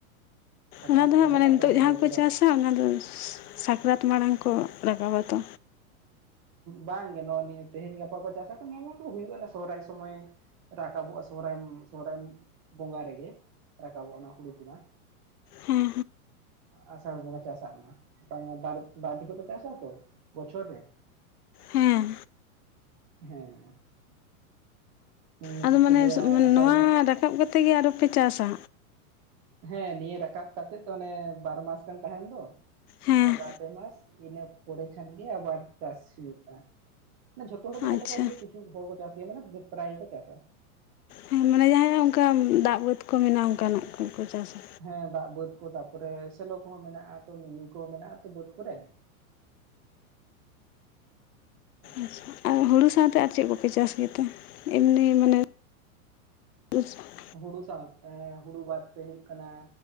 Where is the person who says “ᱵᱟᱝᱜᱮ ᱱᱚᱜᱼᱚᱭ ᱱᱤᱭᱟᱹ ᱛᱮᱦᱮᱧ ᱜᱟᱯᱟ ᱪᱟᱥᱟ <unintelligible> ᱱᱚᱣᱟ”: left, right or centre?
Right